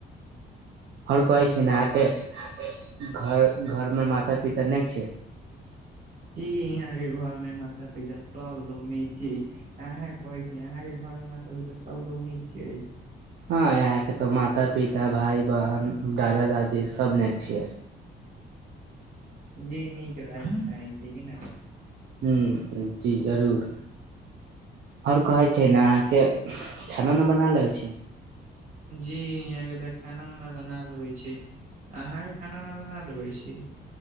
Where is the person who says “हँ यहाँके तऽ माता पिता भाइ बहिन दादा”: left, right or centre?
Right